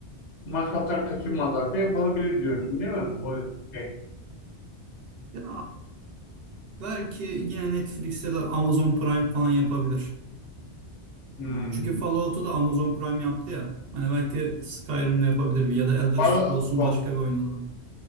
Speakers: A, on the left; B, on the right.
A: masraftan kaçınmazlar da yapılabilir diyorsun değil mi? O şey.
B: Ya belki yine Netflix'e de Amazon Prime falan yapabilir.
A: Hmm.
B: Çünkü Fallout'u da Amazon Prime yaptı ya. Hani belki Skyrim'de yapabilir bir ya da Elder
A: Fal-
B: Scrolls'un
A: Fa-
B: başka bir oyununu.